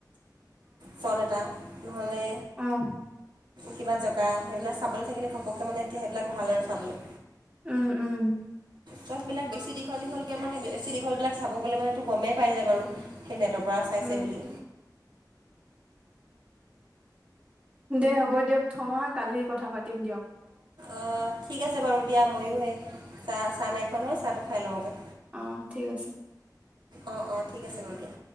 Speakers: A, on the right; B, on the right.
A: ফন এটা নহ'লে
B: আহ
A: কিবা জেগা সেইবিলাক চাবলৈ থাকিলে ঘপককৈ মানে এতিয়া সেইবিলাক ভাল আৰু চাবলৈ
B: উম উম
A: চবিলাক বেছি দীঘ দীঘলকৈ মানে বেছি দীঘলিলাক চাব গলে মানে গমেই পাই যায় বাৰু সেনে তৰ পৰা চাইছে
B: উম,
A: বুলি
B: দে হ'ব দিয়ক থওঁ হা কালি কথা পাতিম দিয়ক।
A: অঁ ঠিক আছে বাৰু দিয়া ময়ো এই চাহ চাহ নাইখন হয় চাহটো খাই ল'মগৈ
B: উম, ঠিক আছে।
A: অঁ অঁ ঠিক আছে বাৰু দিয়া